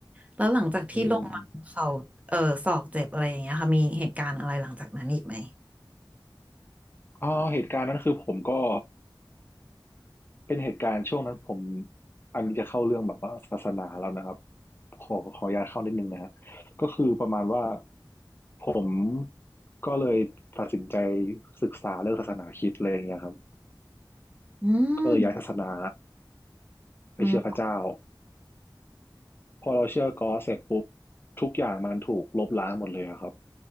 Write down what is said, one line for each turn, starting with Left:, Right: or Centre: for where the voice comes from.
Right: แล้วหลังจากที่ลงมาเขาเออศอกเจ็บอะไรอย่างเงี้ยค่ะมีเหตุการณ์อะไรหลังจากนั้นอีกไหม
Left: อืมอ๋อเหตุการณ์นั้นคือผมก็เป็นเหตุการณ์ช่วงนั้นผมอันนี้จะเข้าเรื่องแบบว่าศาสนาแล้วนะครับขอขออนุญาตเข้านิดนึงนะฮะก็คือประมาณว่าผมก็เลยตัดสินใจศึกษาเรื่องศาสนาคริสต์อะไรอย่างเงี้ยครับ
Right: อืม
Left: ก็เลยย้ายศาสนาไปเชื่อพระเจ้า
Right: อืม
Left: พอเราเชื่อกอสเสร็จปุ๊บทุกอย่างมันถูกลบล้างหมดเลยอะครับ